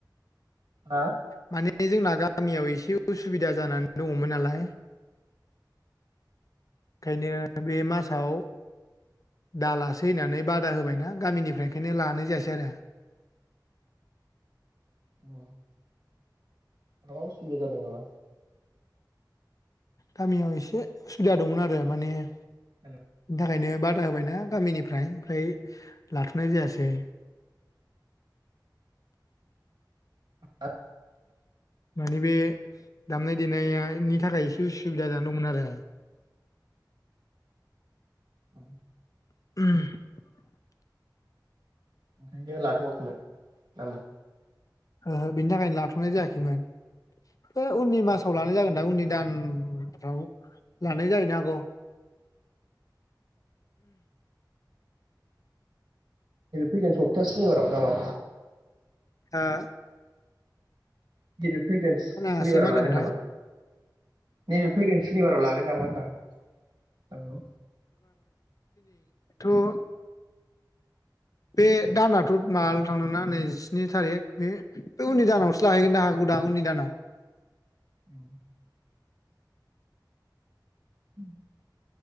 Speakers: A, on the right; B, on the left.
A: हा
B: मानिे माने जोंना <inaudible> गामियाव <inaudible> एसे उसुबिदा जानानै दङमोन नालाय ओंखायनो बे मासाव दालासै होननानै बादा होबायना गामिनिफ्राय ओंखायनो लानाय जायासै आरो
A: औ अ उसुबिदा जादों नामा
B: गामियाव एसे उसुबिदा दंमोन आरो माने बिनि
A: हेल'
B: थाखायनो बादा होबायना गामिनिफ्राय ओमफ्राय लाथ'नाय जायासै
A: आ
B: माने बे दामनाय देनायनि थाखाय एसे उसुबिदा जानानै दंमोन आरो
A: औ
B: <inaudible>
A: ओंखायनो लाथ'वाखैमोन नङा होनबा
B: ओ बेनि थाखायनो लाथ'नाय जायाखैमोन बे उननि मास फ्राव लानाय जागोनदा उननि दान राव लानाय जाहैनो हागौ <inaudible>
A: फैगोन सप्तासेनि बाराव नामा
B: हा
A: <inaudible> फैगोन सुनिबाराव
B: खोनायासै मा होनदोंमोनथाय
A: लागोन नामा नैबे फैगोन सुनिबाराव लागोन नामा होनदां औ
B: थ' बे दानाथ' माबाल' थांदों ना नैजिनि थारिख बे बे उननि दानावसो लाहैनो हागौ दां उननि दानाव
A: <inaudible> <inaudible>